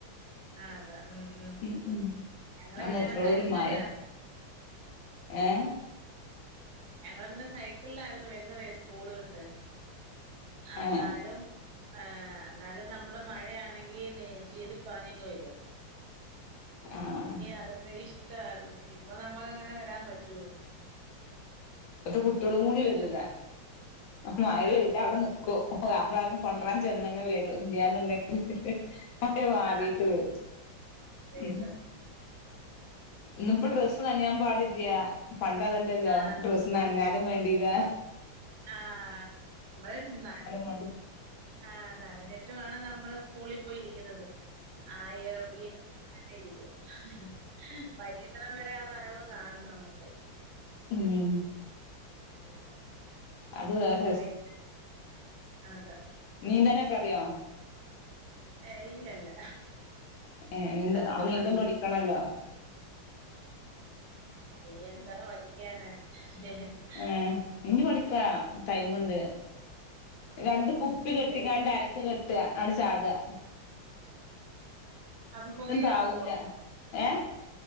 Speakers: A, on the right; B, on the left.
A: ആഹ് അതെ ഉം
B: ഉം ഉം
A: ഞങ്ങള്
B: അന്ന്
A: പിന്നെ
B: എത്രോള്ളൊരു
A: സൈക്കിളിലാ
B: മഴയാ ഏഹ്
A: ഞങ്ങള് പിന്നെ സൈക്കിളിലായിരുന്നു വരുന്നതേ സ്കൂള് വിട്ട് അന്നാലും
B: ആ
A: ആഹ് അന്നാലും നമ്മള് മഴയാണെങ്കി ചീറിപ്പാഞ്ഞങ്ങ് വരും
B: ആ
A: അതൊക്കെ ഇഷ്ടവാരുന്നു ഇപ്പൊ നമുക്കങ്ങനെ വരാൻ പറ്റുവോ
B: ഇപ്പത്തെ കുട്ടികളും
A: ഇപ്പോഴത്തെ
B: കൂടി വരൂല
A: കാല
B: മഴ
A: അതാ
B: പെയ്താവിടെ നിക്കും ഓഹ് നമ്മളാരെലും കൊണ്ട്രാൻ
A: എനിക്ക്
B: ചെന്നങ്കി വെരും ഇല്ല്യന്നുണ്ടെങ്കി അതെ മാറിട്ട്
A: ആഹ്
B: വരും
A: ശരി
B: ഉം ഇന്നിപ്പോ ഡ്രസ്സ് നനിയാൻ പാടില്ല്യ പണ്ടതല്ലല്ലോ
A: ആഹ്
B: ഡ്രസ് നനഞ്ഞാലും വേണ്ടീല്ല
A: ആഹ് നമ്മള് നന
B: വേണ്ടി
A: ആഹ് നനഞ്ഞിട്ടും ആണ് നമ്മള് സ്കൂളി പോയിരിക്കുന്നത് ആഹ് <unintelligible> വൈകുന്നടം വരെ ആ നനവ് കാണും നമുക്ക്
B: ഉം
A: ഓഹ്
B: അത് വേറെ
A: പിന്നെ അതെ
B: നീന്താനക്കറിയോ
A: ഏയ് ഇല്ലല്ല
B: ഏഹ് നീന്ത
A: അതൊന്നും
B: അപ്പൊ നീന്തം പഠിക്കണല്ലോ
A: ഇനി എന്താ മടിയ്ക്കാന <unintelligible>
B: ഏഹ് ഇന്നി പഠിക്കാ ടൈമുണ്ട് രണ്ട് കുപ്പി കെട്ടിക്കാണ്ട്
A: ശരി
B: അരക്ക കെട്ടുക ആട്ചാടുക
A: അപ്പൊ പൊങ്ങി കെടക്കുവോ
B: താവൂല ഏ